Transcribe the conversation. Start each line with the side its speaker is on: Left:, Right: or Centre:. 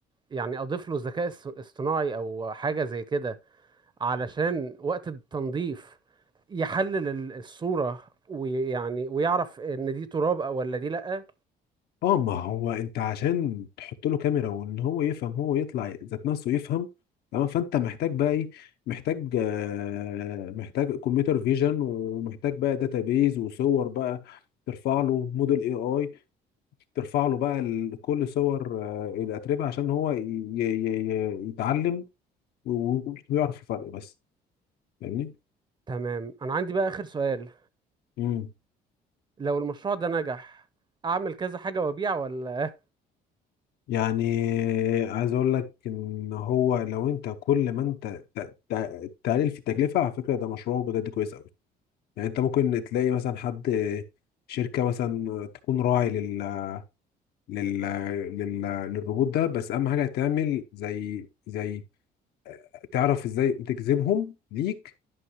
Right: يعني اضيف له ذكاء اس- اصطناعي او حاجة زي كده علشان وقت التنظيف يحلل ال- الصورة ويعني ويعرف ان دي تراب او ولا دي لأ
Left: اه ما هو انت عشان تحط له كاميرا وان هو يفهم هو يطلع ذات نفسه يفهم تمام فانت محتاج بقى ايه محتاج آه محتاج كمبيوتر فيجن ومحتاج بقى داتابيز وصور بقى ترفع له موديل اي اي ترفع له بقى ال- كل صور آه، الاتربه عشان هو ي- ي- ي- يتعلم وبيعرف الفرق بس فاهمني
Right: تمام انا عندي بقى اخر سؤال
Left: امم
Right: لو المشروع ده نجح اعمل كذا حاجة وابيع ولا
Left: يعني عايز اقول لك ان هو لو انت كل ما انت ت- ت- تقلل في التكلفه على فكره ده مشروع بجد كويس قوي يعني انت ممكن تلاقي مثلا حد شركه مثلا تكون راعي لل لل لل للروبوت ده بس اهم حاجه تعمل زي زي تعرف ازاي تجذبهم ليك